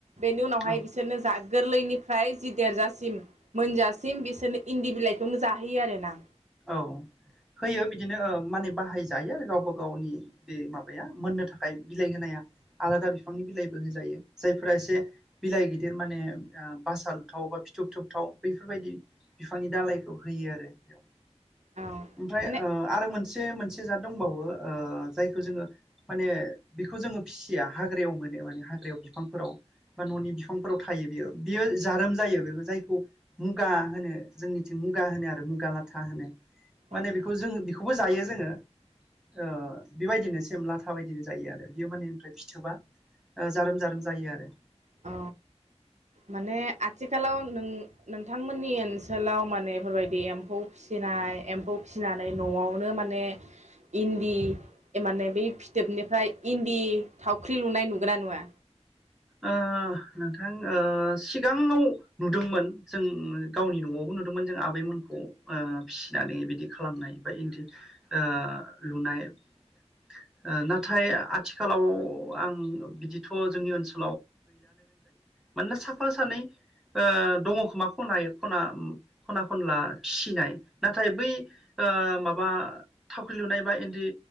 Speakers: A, on the right; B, in the centre.
A: बेनि उनावहाय
B: औ
A: बिसोरनो जा गोरलैनिफ्राय जि देरजासिम मोनजासिम बिसोरनो इन्दि बिलाइखौनो जाहोयो आरो ना
B: औ होयो बिदिनो ओ माने बाहायजायो आरो गावबा गावनि बे माबाया मोननो थाखाय बिलाइ होनाया आलादा बिफांनि बिलाइबो होजायो जायफोरा एसे बिलाइ गिदिर माने ओ बासाल थाव बा फिथुफ थुबथाव बैफोरबायदि बिफांनि दालायखौ होयो आरो बेयाव
A: औ
B: ओमफ्राय
A: माने
B: ओ आरो मोनसे मोनसे मोनसे जाद दंबावो ओ जायखौ जोङो माने बेखौ जोङो फिसिया हाग्रायाव मोनो माने हाग्रायाव बिफांफोराव बा न'नि बिफांफोराव थायो बेयो बेयो जारोम जायो बेबो जायखौ मुगा होनो जोंनिथिं मुगा होनो आरो मुगा लाथा होनो माने
A: औ
B: बेखौ जों बेखौ खौबो जायो जोङो ओ बेबायदिनो सेम लाथा बायदिनो जायो आरो। बियो माने ओमफ्राय फिथोबा ओ जारोम जारोम जायो आरो।
A: औ माने आथिखालाव नों नोंथांमोननि ओनसोलाव माने बेफोरबायदि एम्फौ फिसिनाय एम्फौ फिसिनानै न'आवनो माने इन्दि माने बे फिथोबनिफ्राय इन्दि थाव ख्रि लुनाय नुगो ना नुवा?
B: ओ नोंथां ओ सिगाङाव नुदोंमोन जों गावनि न'आवबो नुदोंमोन जों आबैमोनखौ ओ फिसिनानै बिदि खालामनाय बा इन्दि ओ लुनाय ओ नाथाय आथिखालाव आं बिदिथ' जोंनि ओनसो मानोना साफा सानै ओ दङ खोमा खनायै खना खना खनला फिसिनाय ना थाय बि ओ माबा थाव खु लुनाय बा इन्दि